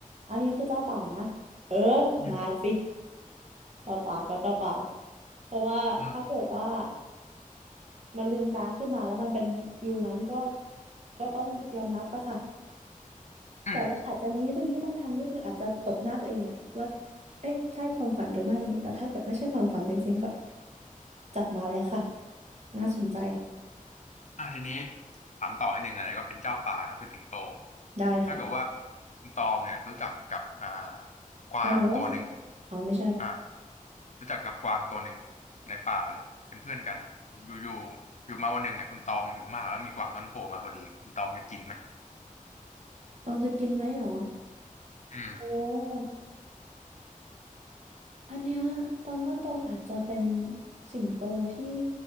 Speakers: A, on the right (about 50°); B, on the left (about 55°).
A: อันนี้คือเจ้าป่านะเออ
B: อืม
A: มาสิเจ้าป่าก็เจ้าป่าเพราะว่าถ้าเกิดว่า
B: <laughs> อา
A: มันลืมตาขึ้นมาแล้วมันเป็นวิวนั้นก็ก็ต้องยอมรับอะค่ะ
B: อืม
A: แต่ว่าอาจจะมีนิดนึงที่ต้องทำก็คืออาจจะตบหน้าตัวเองหน่อยว่าเอ๊ะใช่ความฝันหรือไม่แต่ถ้าเกิดไม่ใช่ความฝันจริงๆก็จัดมาเลยค่ะน่าสนใจ
B: อ่ะทีนี้ถามต่อนิดนึงอะไรก็เป็นเจ้าป่าเนาะเป็นสิงโต
A: ได้ค่ะ
B: ถ้าเกิดว่าคุณตองเนี่ยรู้จักกับอ่ากวางตัวหนึ่ง
A: ทานอสเหรออ๋อไม่ใช่
B: อ่ะรู้จักกับกวางตัวหนึ่งในป่าเลยเป็นเพื่อนกันอยู่อยู่อยู่มาวันหนึ่งเนี่ยคุณตองหิวมากแล้วมีกวางตัวนั้นโผล่มาพอดีคุณตองจะกินไหม
A: ต้องจะกินไหมเหรอ
B: อืม
A: โอ้อันเนี้ยตองว่าตองอาจจะเป็นสิงโตที่